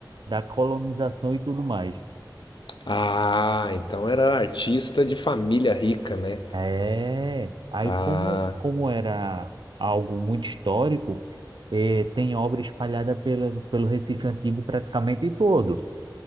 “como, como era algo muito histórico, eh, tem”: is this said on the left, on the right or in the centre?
Right